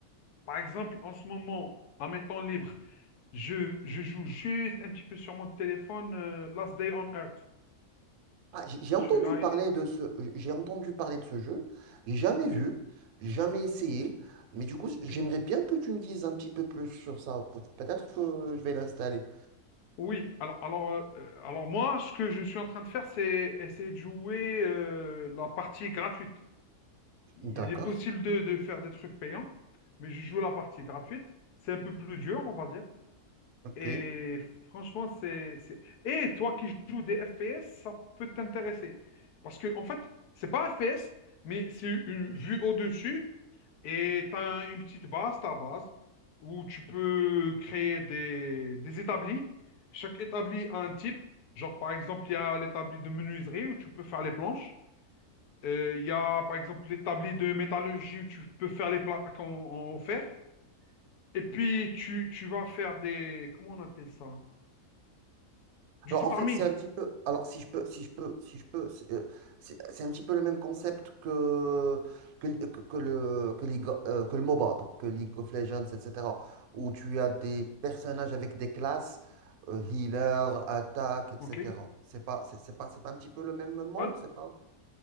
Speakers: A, on the left; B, on the right.
A: Par exemple, en ce moment, en mes temps libres, je, je joue juste un petit peu sur mon téléphone euh, Last Day on Earth.
B: Ah, j'ai j'ai entendu
A: Tu as
B: parler
A: une...
B: de ce, j'ai entendu parler de ce jeu. J'ai jamais vu,
A: Oui,
B: j'ai jamais essayé. Mais du coup,
A: ok.
B: j'aimerais bien que tu me dises un petit peu plus sur ça. Peut- Peut-être que je vais l'installer.
A: Oui, alors, alors, euh, euh, alors moi, ce que je suis en train de faire, c'est essayer de jouer euh, la partie gratuite. Il
B: D'accord.
A: est possible de, de faire des trucs payants, mais je joue la partie gratuite. C'est un peu plus dur, on va dire.
B: Ok.
A: Et franchement, c'est, c'est- Et toi qui joues des FPS, ça peut t'intéresser. Parce que, en fait, c'est pas FPS, mais c'est une vue au-dessus et t'as une petite base, ta base, où tu peux créer des, des établis. Chaque établi a un type. Genre, par exemple, il y a l'établi de menuiserie où tu peux faire les planches. Euh, Il y a, par exemple, l'établi de métallurgie où tu peux faire les plaques en, en fer. Et puis, tu, tu vas faire des... Comment on appelle ça? du
B: Alors
A: farming.
B: en fait, c'est un petit peu. Alors si je peux, si je peux, si je peux, c'est euh, c'est- c'est un petit peu le même concept que que, que- que le que, League- euh, que le MOBA, donc que League of Legends, etc. Où tu as des personnages avec des classes, euh, healer, attaque, etc.
A: OK?
B: C'est pas, c'est c'est pas, c'est pas un petit peu le même monde,
A: Ah,
B: c'est pas.